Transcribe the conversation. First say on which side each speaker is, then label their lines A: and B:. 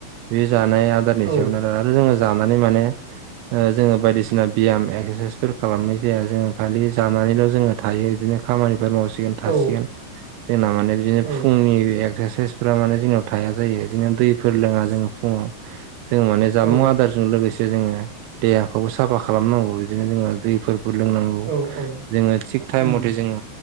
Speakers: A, on the right; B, on the right.
A: बे जानाय आदारनि
B: औ
A: सायावनो जोङो जानानै माने जोङो बायदिसिना बियाम एक्सारसाइसफोर खालामनाय जाया जोङो खालि जानानैल' जोङो थायो बिदिनो खामानिफोर मावसिगोन थासिगोन
B: औ
A: जोंना माने बिदिनो
B: औ
A: फुंनि एक्सारसाइस फोर माने जोंनाव थाया जायो बिदिनो दैफोर लोङा जोङो फुङाव जोङो माने जामुं
B: औ
A: आदारजों लोगोसे जोङो देहाखौबो साफा खालामनांगौ बिदिनो जोङो दैफोर फोर लोंनांगौ
B: औ औ
A: जोङो थिग टाइम
B: उम
A: मथे जोङो